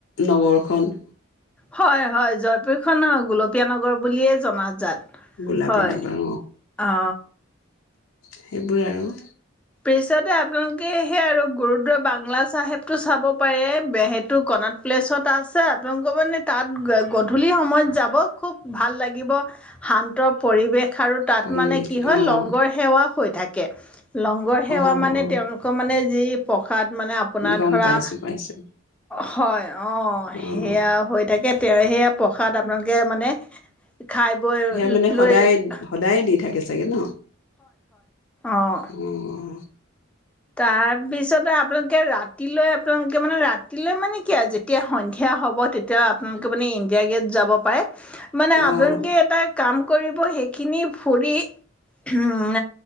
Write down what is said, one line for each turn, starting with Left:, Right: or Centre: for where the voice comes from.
Left: নগৰখন
Centre: হয়, হয় জয়পুৰ খন‌ও গোল পীয়ানগৰ বুলিয়ে জনাজাত
Left: গোলাপী
Centre: হয়,
Left: নগৰ
Centre: অ
Left: সেইবোৰে আৰু
Centre: পিছতে আপোনালোকে সেই আৰু গুৰুদ বাংলা চাহেবটো চাব পাৰে বেসেইটো কণাত প্লেছত আছে আপোনালোকৰ মানে তাত গধূলি সময়ত যাব - খুব ভাল লাগিব শান্ত পৰিৱেশ খাৰ তাত
Left: পৰিৱেশ
Centre: মানে কি হয়
Left: অ'।
Centre: লংগৰ সেৱা হৈ থাকে কে লংগৰ সেৱা
Left: অ',
Centre: মানে
Left: অ',
Centre: তেওঁলোকৰ মানে এই প্ৰসাদ মানে আপোনাৰ
Left: গম
Centre: ধৰা-
Left: পাইছো পাইছো
Centre: হয় অঁ
Left: অ',
Centre: সেয়া হৈ থাকে তে সেয়া প্ৰসাদ আপোনালোকে মানে- খাই বৈ
Left: সেয়া মানে সদায়
Centre: লৈ এক-
Left: সদায় দি চাগে ন
Centre: অঁ
Left: উম
Centre: তাৰপিছতে আপোনালোকে ৰা- ৰাতিলৈ আপোনালোকে মানে ৰাতিলৈ মানে কি আৰু যেতিয়া সন্ধিয়া হ'ব তেতিয়া আপোনালোকে মানে ইণ্ডিয়া গে'ট যাব পাৰে- মানে
Left: অ',
Centre: আপোনালোকে এটা কাম- কৰিব সেইখিনি ফুৰি হুম